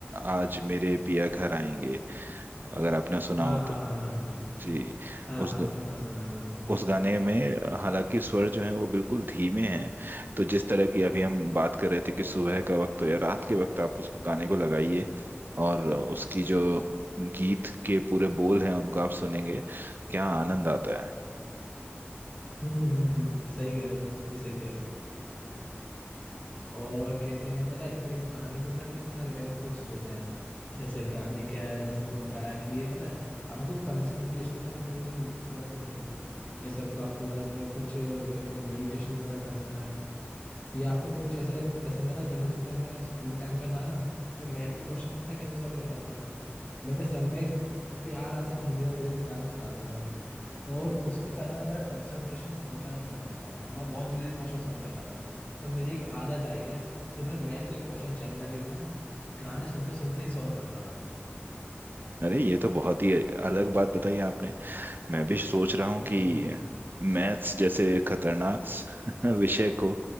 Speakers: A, on the right (about 50°); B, on the left (about 35°).
A: आज मेरे पिया घर आएंगे अगर आपने सुना
B: हाँ
A: हो
B: हाँ
A: तो
B: हाँ हाँ हाँ
A: जी
B: हाँ
A: उस
B: हाँ सुना सुना मैंने सुना
A: उस गाने में हालांकि स्वर जो है वो बिल्कुल धीमे हैं तो जिस तरह की अभी हम बात कर रहे थे कि सुबह का वक्त हो या रात के वक्त आप उसको गाने को लगाइए और उसकी जो गीत के पूरे बोल हैं उनको आप सुनेंगे क्या आनंद आता है
B: हम्म हम्म हम्म सही कह रहे हो बिल्कुल सही कह रहे हो और कहते हैं पता है इस गाने के पता है कितने सारे बेनिफिट्स होते हैं जैसे गाने क्या है जैसे हमको बताया कि ये पता है हमको कंसंट्रेशन करने में भी मदद करते हैं जैसे हमको आपको अगर कुछ क्या कहते हैं मेडिटेशन वगैरह करना है ये आपको कुछ जैसे जैसे मैं था जनरली पता है मैं स्कूल टाइम पे था ना तो मैथ के क्वेश्चंस पता है कैसे सॉल्व करता था मैं मैं अपने संग में एक प्यारा सा धीरे धीरे गाना चलाता था और उसको चलाने के बाद मेरा कंसंट्रेशन बहुत ज़्यादा बढ़ जाता था मैं मैं बहुत जल्दी क्वेश्चन सॉल्व करता था तो मेरी एक आदत रही है कि मैंने मैथ के क्वेश्चन जनरली मैं गाने सुनते सुनते ही सॉल्व करता था मैं
A: अरे ये तो बहुत ही अलग बात बताई आपने मैं भी सोच रहा हूँ
B: हम्म
A: कि मैथ्स जैसे खतरनाक <laughs> विषय को